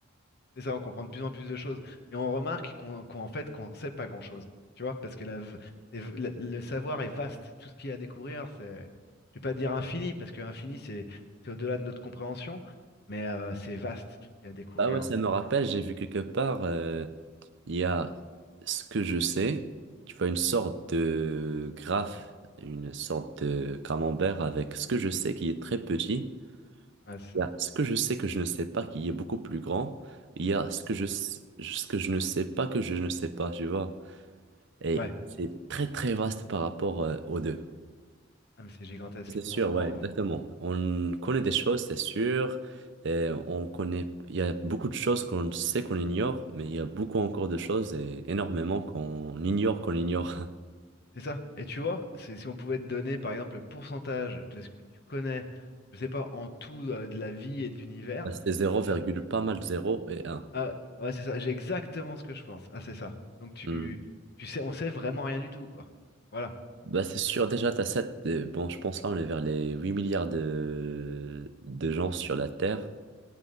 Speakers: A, on the left; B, on the right.
A: C'est ça, on comprend de plus en plus de choses. Et on remarque qu'on, qu'en fait, qu'on sait pas grand-chose. Tu vois, parce que la, v- c'est v- la- le savoir est vaste. Tout ce qu'il y a à découvrir, c'est, je vais pas dire infini, parce que infini, c'est c'est au-delà de notre compréhension, mais euh, c'est vaste tout ce qu'il y a à découvrir.
B: Bah ouais, ça me rappelle, j'ai vu quelque part, euh, il y a ce que je sais, tu vois, une sorte de graphe, une sorte de camembert avec ce que je sais qui est très petit.
A: Ouais, c'est ça.
B: Il y a ce que je sais que je ne sais pas qui est beaucoup plus grand. Il y a ce que je, sais- ce que je ne sais pas que je ne sais pas, tu vois. Et
A: Ouais,
B: c'est très très vaste par rapport euh, aux deux.
A: ah, mais c'est gigantesque.
B: C'est sûr,
A: On-
B: ouais,
A: on-
B: exactement. On connaît des choses, c'est sûr. Et on connaît, il y a beaucoup de choses qu'on sait qu'on ignore, mais il y a beaucoup encore de choses et énormément qu'on ignore qu'on ignore.
A: c'est ça. Et tu vois, c'est, si on pouvait te donner, par exemple, le pourcentage de ce que tu connais, je sais pas, en tout euh, de la vie et de l'univers,
B: <laughs> C'est zéro virgule
A: euh,
B: pas mal zéro et un
A: Ah, ouais, c'est ça, j'ai exactement ce que je pense. Ah, c'est ça. Donc tu,
B: Hmm.
A: tu sais, on sait vraiment rien du tout, quoi. Voilà.
B: Bah, c'est sûr, déjà, t'as 7, bon, je pense là, on est vers les 8 milliards de, de gens sur la Terre.